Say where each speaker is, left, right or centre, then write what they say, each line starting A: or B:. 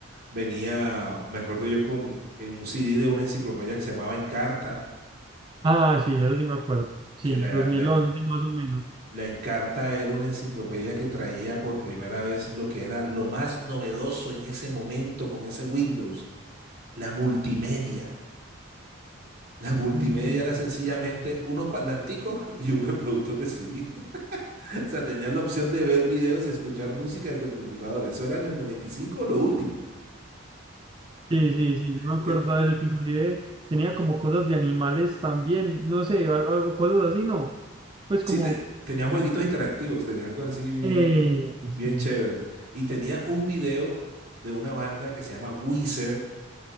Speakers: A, on the right; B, on the right.
A: venía, me acuerdo yo con en un CD de una enciclopedia que se llamaba Encarta,
B: Ah, sí, eso sí me acuerdo. Sí,
A: que la,
B: dos mil
A: la,
B: once más o menos.
A: la Encarta era una enciclopedia que traía por primera vez lo que era lo más novedoso en ese momento con ese Windows, la multimedia. La multimedia
B: Mm.
A: era sencillamente unos parlanticos y un reproductor de CD. O sea, tenías la opción de ver videos y escuchar música desde el computador. Eso era en el 95 lo último.
B: Sí, sí, sí, sí me acuerdo
A: Eh,
B: de eso, que inclusive tenía como cosas de animales también, no sé, o, o cosas así, ¿no? Pues
A: Sí,
B: como...
A: te- tenía jueguitos interactivos, tenía algo así bien,
B: Eso.
A: bien chéveres. Y tenía un video de una banda que se llama Weezer,